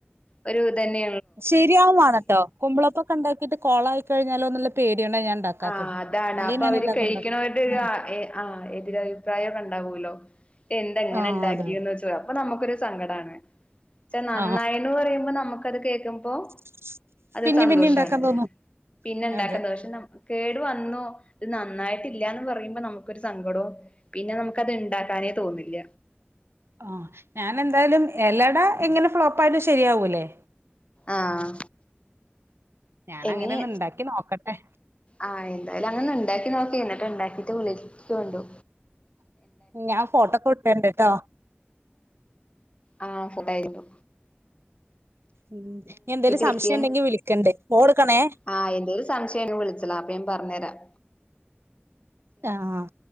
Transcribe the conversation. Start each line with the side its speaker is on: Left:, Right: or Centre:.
Left: ഒരു ഇതന്നെ
Right: ശരിയാവും വേണട്ടോ കൊമ്പളൊപ്പൊക്കെ ഉണ്ടാക്കിയിട്ട് കോളായി കഴിഞ്ഞാലോ എന്ന പേടിയോണ്ട ഞാൻ ഉണ്ടാക്കാത്തത്
Left: ആഹ് അതാണ്
Right: അല്ലേ
Left: അപ്പൊ
Right: ഞാൻ
Left: അവര്
Right: എല്ലാതും
Left: കഴിക്കുന്നവരുടെ
Right: ഉണ്ടാക്കും
Left: ഒരു
Right: ആഹ്
Left: ഏ ആഹ് എതിരഭിപ്രായം ഒക്കെ ഉണ്ടാവല്ലോ എന്താ ഇങ്ങനെ
Right: ആഹ്
Left: ഉണ്ടാക്കിയന്ന്
Right: അതെ അതെ
Left: ചോദി അപ്പൊ നമുക്കൊരു സങ്കടണ് ച്ച നന്നായിന്ന്
Right: ആഹ്
Left: പറയുമ്പോ നമുക്കത് കേക്കുമ്പോ
Right: <inaudible>
Left: അത് സന്തോഷാണ്
Right: പിന്നിം ഉണ്ടാക്കാൻ തോന്നും
Left: പിന്നെ ഉണ്ടാക്കാന്തോഷണം
Right: അതെ
Left: കേടു വന്നു ഇത് നന്നായിട്ടില്ലാന്ന് പറയുമ്പോ നമുക്കൊരു സങ്കടവും പിന്നെ നമുക്കത് ഇണ്ടാക്കാനേ തോന്നില്ല
Right: ആഹ് ഞാനെന്തായാലും എലട എങ്ങനെ ഫ്ലോപ്പായാലും ശരിയാവൂല്ലേ
Left: ആഹ്
Right: ഞാൻ
Left: എങ്ങനെ
Right: അങ്ങനെ ഒന്ന് ഉണ്ടാക്കി നോക്കട്ടെ
Left: ആഹ് എന്തായാലും അങ്ങനെ ഉണ്ടാക്കി നോക്കി എന്നിട്ട് ഉണ്ടാക്കിട്ട് വിളിക്കൊണ്ടു
Right: ഞാൻ ഫോട്ടോക്കെ വിട്ട് തരണ്ട് ട്ടോ
Left: ആഹ് സുഖായിരുന്നു
Right: ഉം എന്തേലും സംശയം
Left: വെക്ക്
Right: ഉണ്ടെങ്കിൽ വിളിക്കണ്ട് ഫോണ് എടുക്കണേ
Left: ആഹ് എന്തേലും സംശയം വിളിച്ചാളാ അപ്പൊ ഞാൻ പറഞ്ഞുതരാം
Right: ആഹ്